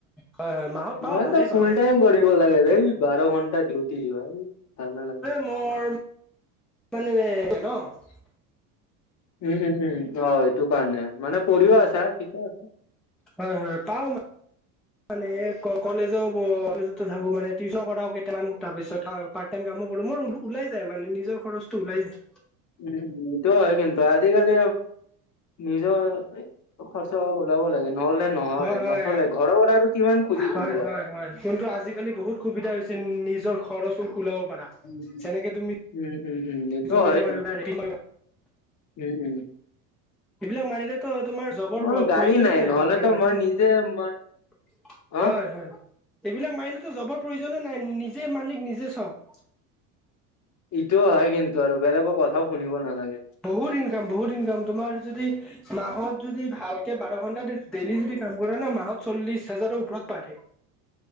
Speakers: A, in the centre; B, on the left.
A: হয় হয় মাহত পাও
B: মইতো,
A: ভালে
B: ফুল
A: পাও
B: টাইম কৰিম। লাগে এই, বাৰ ঘণ্টা ডিউটি, হেই ভাল নালাগে।
A: <unintelligible>
B: উম, উম, উম, অ, সেইটো কাৰণে মানে, পঢ়িয়ে আছা, ঠিকে আছে।
A: হয়, হয়, পাওঁ মানে কলেজো, কলেজতো থাকো মানে, টিউচন কৰাও কেইটামান তাৰপিছত পাৰ্ট, টাইম কামো কৰো, মোৰ ওলাই যায় মানে নিজৰ খৰচটো ওলাই যায়।
B: উম, সটো হয়, কিন্তু আজিকালি, নিজৰ খৰচা, ওলাব লাগে, নহ'লে নহয়,
A: হয় হয়
B: নচলে ঘৰৰ পৰা আৰু কিমান খুজি
A: হয়
B: থাকিবা।
A: হয় হয় কিন্তু আজিকালি, বহুত সুবিধা হৈছে, নিজৰ খৰচ ওলাব পাৰা,
B: উম,
A: যেনেকে তুমি
B: উম, উম, উম, এইটো
A: জমেট'
B: হয়
A: মাৰিব
B: কিন্তু,
A: পাৰা,
B: উম, উম,
A: এইবিলাক মাৰিলেতো, তোমাৰ জবৰ,
B: মোৰ গাড়ী
A: প্ৰয়োজনো নাই,
B: নহ'লেতো
A: বাপৰে-বাপ।
B: মই নিজে মই অ',
A: হয়, হয়, এইবিলাক মাৰিলেতো, জবৰ প্ৰয়োজনে নাই, নিজে মালিক নিজে চ'ব।
B: এইটোও হয় কিন্তু আৰু বেলেগৰ কথাও শুনিব নালাগে।
A: বহুত ইনকাম, বহুত ইনকাম, তোমাৰ যদি। মাহত যদি ভালকে, বাৰ ঘন্টা ডেইলি যদি কাম কৰা ন, মাহত চল্লিশ হাজাৰৰো ওপৰত পাৰে।